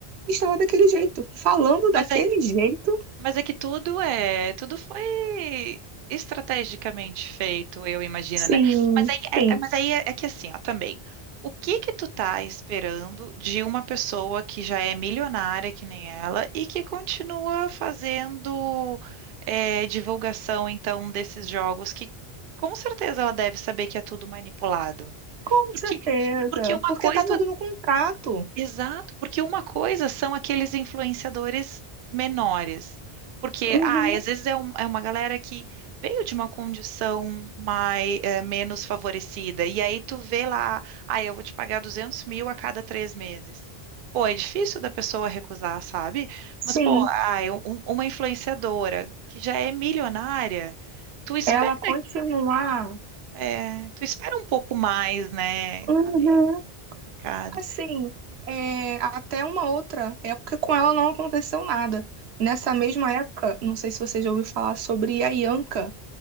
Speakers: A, on the right (about 85°); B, on the right (about 60°).
A: estava daquele jeito, falando
B: Mas
A: daquele
B: é,
A: jeito,
B: mas é que tudo é, tudo foi estrategicamente feito, eu imagino,
A: sim,
B: né? Mas aí, é,
A: sim,
B: é- mas aí é, é que assim, ó, também. O que que tu tá esperando de uma pessoa que já é milionária que nem ela e que continua fazendo é, divulgação, então, desses jogos que com certeza ela deve saber que é tudo manipulado.
A: com
B: Porque,
A: certeza,
B: porque uma
A: porque
B: coisa
A: tá tudo no contrato.
B: Exato, porque uma coisa são aqueles influenciadores menores. Porque,
A: Uhum,
B: ah, às vezes é, um- é uma galera que veio de uma condição mais, eh, menos favorecida. E aí tu vê lá, ah, eu vou te pagar 200 mil a cada três meses. Pô, é difícil da pessoa recusar, sabe?
A: sim,
B: Mas, pô, ah, eu- um- uma influenciadora que já é milionária, tu espera,
A: ela continuar.
B: eh, tu espera um pouco mais, né?
A: Uhum.
B: Ah, picado.
A: Assim, é, até uma outra época com ela não aconteceu nada. Nessa mesma época, não sei se você já ouviu falar sobre a Yanka,